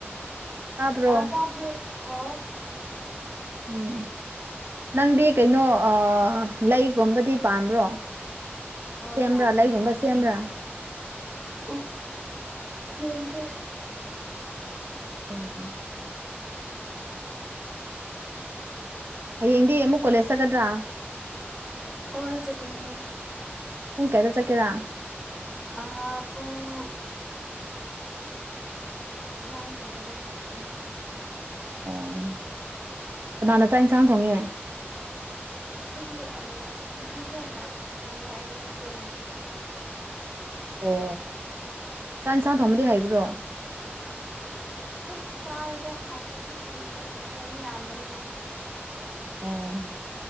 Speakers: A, on the right; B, in the centre.
A: ꯇꯥꯕ꯭ꯔꯣ
B: ꯑꯥ ꯇꯥꯕꫭ ꯍꯥꯎ
A: ꯎꯝ ꯅꯪꯗꯤ ꯀꯩꯅꯣ ꯑꯥ ꯂꯩꯒꯨꯝꯕꯗꯤ ꯄꯥꯟꯕ꯭ꯔꯣ
B: ꯍꯣꯏ
A: ꯁꯦꯝꯕ꯭ꯔꯥ
B: ꯄꯃꯦ
A: ꯂꯩꯒꯨꯝꯕ ꯁꯦꯝꯕ꯭ꯔꯥ
B: ꯎꯝ ꯊꯦꯡꯗꯦ
A: ꯎꯝ
B: <unintelligible>
A: ꯍꯌꯦꯡꯗꯤ ꯑꯃꯨꯛ ꯀꯣꯂꯦꯖ ꯆꯠꯀꯗ꯭ꯔꯥ
B: ꯍꯣꯏ ꯆꯠꯀꯅꯤꯌꯦ
A: ꯄꯨꯡ ꯀꯌꯥꯗ ꯆꯠꯀꯦꯔꯥ
B: ꯑꯥ ꯄꯨꯡ ꯅꯥꯏꯟꯒꯨꯝꯕꯗ ꯑꯗꯨꯝ ꯆꯠꯀꯅꯤ
A: ꯑꯣ ꯀꯅꯥꯅ ꯆꯥꯛ ꯌꯦꯟꯁꯥꯡ ꯊꯣꯡꯉꯦ
B: ꯑꯩꯈꯣꯏꯗꯤ ꯑꯟꯇꯤꯈꯣꯏꯅ ꯊꯣꯡꯉꯦ ꯑꯩꯗꯤ ꯍꯣꯁꯇꯦꯜ ꯂꯩꯕꯩ
A: ꯑꯣ ꯆꯥꯛ ꯏꯟꯁꯥꯡ ꯊꯣꯡꯕꯗꯤ ꯍꯥꯏꯕ꯭ꯔꯣ
B: ꯅꯝ ꯆꯥꯔꯦꯗ ꯍꯥꯎꯇ꯭ꯔꯁꯨ ꯀꯔꯤ ꯎꯄꯥꯏ ꯍꯣꯁꯇꯦꯜ ꯃꯤ ꯌꯥꯝꯕꯅꯤꯅꯀꯣ
A: ꯑꯣ